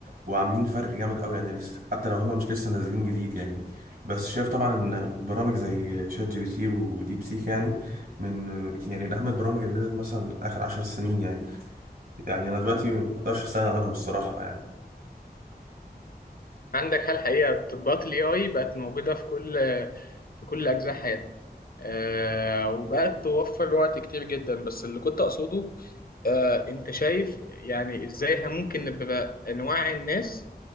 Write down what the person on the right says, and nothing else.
وعاملين فرق جامد قوي يعني لسه حتى لو هما مش لسه نازلين جديد يعني بس شايف طبعا ان برامج زي شات جي بي تي وديب سيك يعني من يعني من اهم البرامج اللي نزلت مثلا اخر عشر سنين يعني يعني انا دلوقتي ما اقدرش استغنى عنهم الصراحة يعني